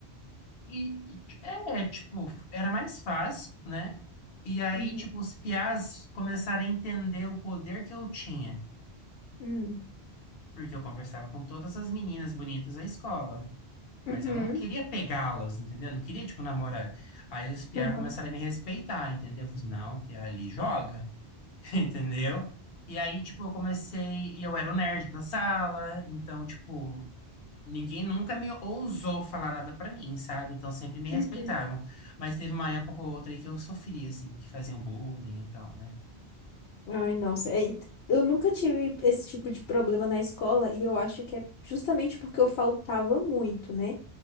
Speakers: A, on the left; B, on the left.
A: E, e, é, tipo, era mais fácil, né? E aí,
B: Uhum.
A: tipo, os piás começaram a entender o poder que eu tinha.
B: Hum.
A: Porque eu conversava com todas as meninas bonitas da escola.
B: Uhum.
A: Mas eu não queria pegá-las, entendeu? Eu Não queria, tipo, namorar. Aí os piá
B: Aham.
A: começaram a me respeitar, entendeu? Eu falei, assim, não, o piá ali joga. <laughs> entendeu? E aí, tipo, eu comecei, e eu era o nerd da sala, então, tipo, ninguém nunca me ousou falar nada pra mim, sabe? Então, sempre me respeitavam.
B: Uhum.
A: Mas teve uma época ou outra aí que eu sofria, assim, que faziam bullying e tal, né?
B: Ai, nossa. É, ent- eu nunca tive esse tipo de problema na escola e eu acho que é justamente porque eu faltava muito, né?